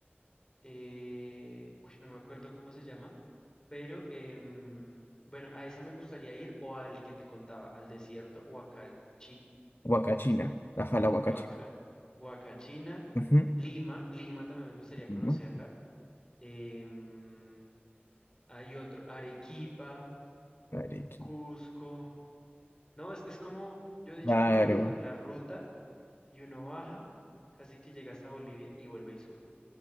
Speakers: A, on the left; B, on the left.
A: eh, uy, no me acuerdo cómo se llama, pero em, bueno, a esa me gustaría ir o al que te contaba, al desierto Huacachi,
B: Huacachina, la jala Huacachina.
A: Huaca- Huacachina,
B: Ujú.
A: Lima, Lima también me gustaría conocerla.
B: ¿No?
A: em, hay otro, Arequipa,
B: Arequipa.
A: Cusco. No, es, es como, yo he dicho
B: Claro.
A: como medio la ruta y uno baja, casi que llega hasta Bolivia y vuelve y sube.